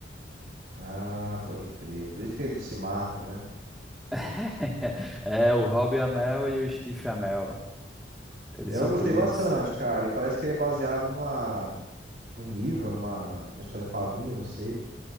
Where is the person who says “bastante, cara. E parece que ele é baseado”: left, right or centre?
Right